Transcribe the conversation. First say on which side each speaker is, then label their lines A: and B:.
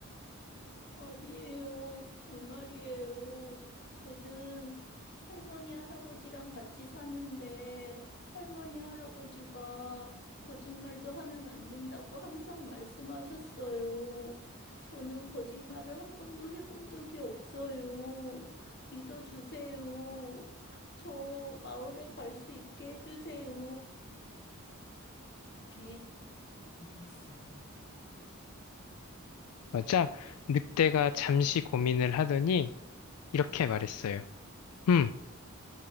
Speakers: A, on the left (about 50°); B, on the left (about 85°).
A: 아니에요. 정말이에요. 저는 할머니, 할아버지랑 같이 사는데, 할머니, 할아버지가 거짓말도 하면 안 된다고 항상 말씀하셨어요. 저는 거짓말을 한 번도 해본 적이 없어요. 믿어주세요. 저 마을에 갈 수 있게 해주세요. 그렇게 얘기했어요.
B: 맞아. 늑대가 잠시 고민을 하더니 이렇게 말했어요. 음,